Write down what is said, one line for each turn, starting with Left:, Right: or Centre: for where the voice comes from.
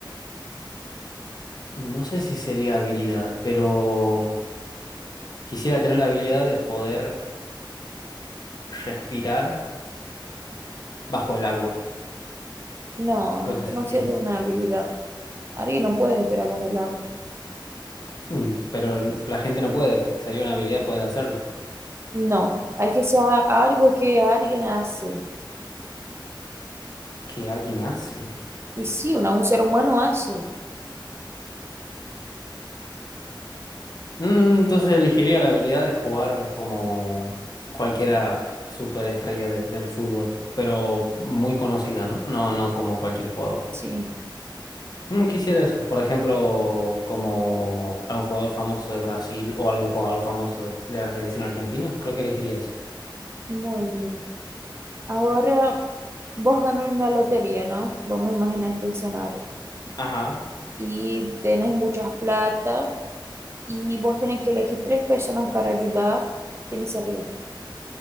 Left: No sé si sería habilidad, pero quisiera tener la habilidad de poder respirar bajo el agua.
Right: No,
Left: Creo que sería.
Right: no sería una habilidad. Alguien no puede esperar vos el agua.
Left: Mm, pero la gente no puede. Sería una habilidad poder hacerlo.
Right: No, hay que ser algo que alguien hace.
Left: Que alguien hace.
Right: Y sí, una, un ser humano hace.
Left: Mm, entonces elegiría la habilidad de jugar como cualquiera superestrella de- del fútbol, pero muy conocida, ¿no? No, no como cualquier jugador.
Right: Sí,
Left: Mm, quisiera eso. Por ejemplo, como algún jugador famoso de Brasil o algún jugador famoso de, de la selección argentina. Creo que elegiría eso.
Right: muy bien. Ahora vos ganás una lotería, ¿no? Vamos a imaginar este escenario.
Left: Ajá.
Right: Y tenés mucha plata y vos tenés que elegir tres personas para ayudar. ¿Quién sería?